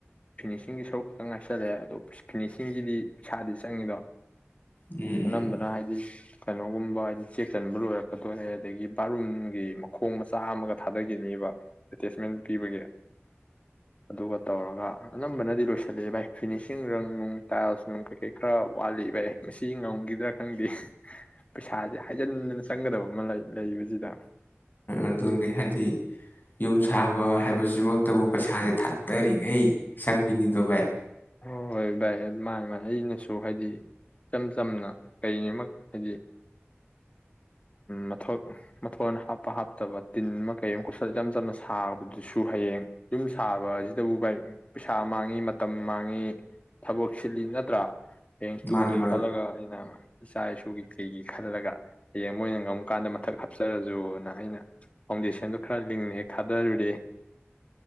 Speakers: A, on the left; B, on the left.
A: ꯐꯤꯅꯤꯁꯤꯡꯒꯤ ꯁꯔꯨꯛ ꯈꯤꯛꯇꯪ ꯉꯥꯏꯁꯜꯂꯛꯑꯦꯗꯣ ꯐꯤꯅꯤꯁꯤꯡꯒꯤꯗꯤ ꯄꯩꯁꯥꯗꯤ ꯆꯪꯉꯤꯗꯣ
B: ꯎꯝ
A: ꯑꯅꯝꯕꯅ ꯍꯥꯏꯗꯤ ꯀꯩꯅꯣꯒꯨꯝꯕ ꯍꯥꯏꯗꯤ ꯆꯦꯛ ꯆꯟꯕ ꯂꯣꯏꯔꯛꯀꯗꯣꯔꯔꯦ ꯑꯗꯒꯤ ꯕꯥꯠꯔꯨꯝꯒꯤ ꯃꯈꯣꯡ ꯃꯆꯥ ꯑꯃꯒ ꯊꯥꯗꯈꯤꯅꯦꯕ ꯑꯦꯇꯦꯁꯃꯦꯟ ꯄꯤꯕꯒꯤ ꯑꯗꯨꯒ ꯇꯧꯔꯒ ꯑꯅꯝꯕꯅꯗꯤ ꯂꯣꯏꯁꯤꯜꯂꯛꯦ ꯚꯥꯏ ꯐꯤꯅꯤꯁꯤꯡ ꯔꯪ ꯅꯨꯡ ꯇꯥꯏꯜꯁ ꯅꯨꯡ ꯀꯩꯀꯩ ꯈꯔ ꯋꯥꯠꯂꯤ ꯚꯥꯏ ꯃꯁꯤ ꯉꯝꯈꯤꯗ꯭ꯔꯥ ꯈꯪꯗꯦ ꯄꯩꯁꯥꯁꯦ ꯍꯥꯏꯖꯤꯟꯗꯅ ꯆꯪꯒꯗꯕ ꯑꯃ ꯂꯩ ꯂꯩꯕꯁꯤꯗ
B: ꯑꯗꯨꯅꯤ ꯍꯥꯏꯗꯤ ꯌꯨꯝ ꯁꯥꯕ ꯍꯥꯏꯕꯁꯤ ꯍꯧꯖꯤꯛꯃꯛꯇꯕꯨ ꯄꯩꯁꯥꯁꯦ ꯊꯥꯗꯔꯤꯉꯩ ꯆꯪꯕꯤꯅꯤꯗꯨꯣꯕꯥꯥꯏ
A: ꯍꯣꯏ ꯍꯣꯏ ꯚꯥꯏ ꯑꯗꯨꯃꯥꯏꯅ ꯑꯗꯨꯥꯏꯅ ꯑꯩꯅꯁꯨ ꯍꯥꯏꯗꯤ ꯏꯆꯝ ꯆꯝꯅ ꯀꯩ ꯑꯃ ꯍꯥꯏꯗꯤ ꯃꯊ ꯃꯊꯣꯟ ꯍꯥꯞꯄ ꯍꯥꯞꯇꯕ ꯇꯤꯟ ꯑꯃ ꯀꯩ ꯑꯃ ꯀꯨꯞꯁꯜꯂ ꯏꯆꯝ ꯆꯝꯅ ꯁꯥꯕꯗꯨꯁꯨ ꯍꯌꯦꯡ ꯌꯨꯝ ꯁꯥꯕꯁꯤꯗꯕꯨ ꯚꯥꯏ ꯄꯩꯁꯥ ꯃꯥꯡꯉꯤ ꯃꯇꯝ ꯃꯥꯡꯉꯤ ꯊꯕꯛ ꯁꯤꯜꯂꯤ ꯅꯠꯇ꯭ꯔꯥ ꯍꯌꯦꯡ
B: ꯃꯥꯅꯦ
A: ꯇꯨꯡꯒꯤ
B: ꯃꯥꯅꯦ
A: ꯈꯜꯂꯒ ꯑꯩꯅ ꯏꯆꯥ ꯏꯁꯨꯒꯤ ꯀꯩꯒꯤ ꯈꯜꯂꯒ ꯍꯌꯦꯡ ꯃꯣꯏꯅ ꯉꯝꯨꯀꯥꯟꯗ ꯃꯊꯛ ꯍꯥꯞꯆꯔꯁꯨꯨꯅ ꯑꯩꯅ ꯐꯥꯎꯟꯗꯦꯁꯟꯗꯣ ꯈꯔ ꯂꯤꯡꯉꯦ ꯊꯥꯗꯔꯨꯔꯦ